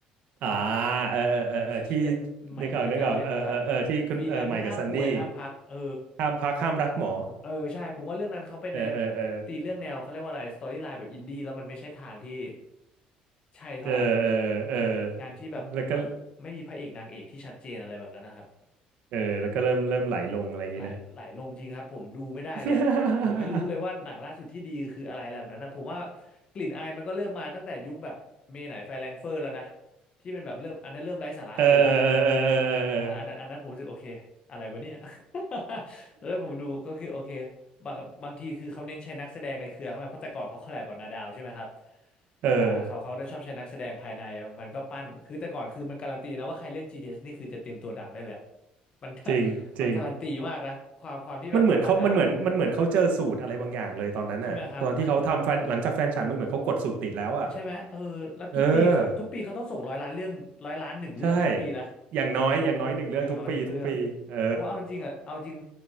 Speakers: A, on the right; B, on the left.
A: อ่าเออเออเออเออที่
B: มันชชื่อเรื่องใหม่ดาวิกาเล่นมาครับ
A: นึกออกนึกออกเออเออเออที่คุณเออใหม่กับซันนี่
B: ฟรีแลนซ์ห้ามป่วยห้ามพักเออ
A: ห้ามพักห้ามรักหมอ
B: เออใช่ผมว่าเรื่องนั้นเขาเป็นใน
A: เออเออเออ
B: ตีเรื่องแนวเขาเรียกว่าอะไรสตอรี่ไลน์แบบอินดี้แล้วมันไม่ใช่ทางที่ใช่เท่าไหร่
A: เออเออเออ
B: งานที่แบบละไม่มีพระเอกนางเอกที่ชัดเจนอะไรแบบนั้นนะครับ
A: แล้วก็เออแล้วก็เริ่มเริ่มไหลลงอะไรอย่างงี้นะ
B: ไหลไหลลงจริงครับผมดูไม่ได้เลยอะผมไม่รู้เลยว่าหนังล่าสุดที่ดีคืออะไรแบบนั้นนะผมว่า
A: <laughs>
B: กลิ่นอายมันก็เริ่มมาตั้งแต่ยุคแบบเมไหนไฟแรงเฟอร์แล้วนะที่เป็นแบบเริ่มอันนั้นเริ่มไร้สาระเกินแล้ว
A: เออเออเออเออเออเออ
B: อันนั้นอ่าอันนั้นอันนั้นผมรู้สึกโอเคอะไรวะเนี่ย <laughs> แล้วผมดูก็คือโอเคบางบางทีคือเขาเน้นใช้นักแสดงในเครือเขาไงเพราะแต่ก่อนเขาคอลแลบกับนาดาวใช่ไหมครับ
A: เออ
B: อ่าเขาเขาได้ชอบใช้นักแสดงภายในมันก็ปั้นคือแต่ก่อนคือมันการันตีนะว่าใครเล่น GTS นี่คือจะเตรียมตัวดังได้เลยอะ <laughs> มันก็
A: จริงจริง
B: มันการันตีมากนะความความที่แบบจะปั้นดารา
A: มันเหมือนเขามันเหมือนมันเหมือนเขาเจอสูตรอะไรบางอย่างเลยตอนนั้นอ่ะตอนที่เขาทำแฟนหลังจากแฟนฉันมันเหมือนเขากดสูตรติดแล้วอ่ะ
B: ใช่ไหมครับมันใช่ไหมเออแล้วทุกปีครับทุกปีเขาต้องส่งร้อยล้านเรื่องร้อยล้านหนึ่งเรื่องทุกปีนะ
A: เออใช่อย่างน้อยอย่างน้อยหนึ่งเรื่องทุกปีทุกปีเออ
B: อย่างน้อยหนึ่งเรื่องเพราะเอาจริงๆอ่ะเอาจริง